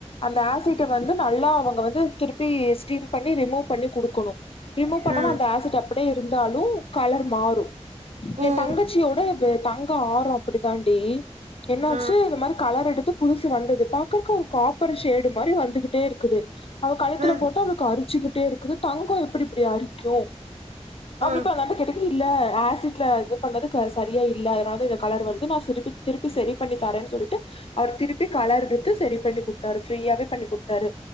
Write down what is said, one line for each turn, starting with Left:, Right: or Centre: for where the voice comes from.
Left: அந்த ஆசிட்ட வந்து நல்லா அவுங்க வந்து திருப்பி ஸ்டீம் பண்ணி ரிமூவ் பண்ணி குடுக்கணும் ரிமூவ் பண்ணாமா
Right: ஆ
Left: அந்த ஆசிட்டப் அப்பிடியே இருந்தாலும் கலர் மாறும் என்
Right: ம்
Left: தங்கச்சியோட தங்க ஆறம் அப்பிடி தாண்டி என்னாச்சு
Right: ஆ
Left: இந்த மாரி கலர் எடுத்து புதுசு வந்தது பாக்கறக்கு ஒரு காப்பர் ஷேடு மாரி வந்துக்கிட்டே இருக்குது அவ கழுத்துல
Right: ஆ
Left: போட்டு அவுளுக்கு அரிச்சுக்கிட்டு ட்டே இருக்குது தங்கம் எப்பிடி இப்பிடி அரிக் <unintelligible> அப்பிடி
Right: ஆ
Left: இப்ப வந்து கேட்டுக்குரியா ஆசிட்டல இது பண்ணது சரியா இல்ல அதனாலதா இதுல கலர் வருது நா திருப்பி திருப்பி செரி பண்ணி தரேன்னு சொல்லிட்டு அவர் திருப்பி கலர் எடுத்து செரி பண்ணி குடுத்தாரு ஃப்ரீயாவே பண்ணி குடுத்தாரு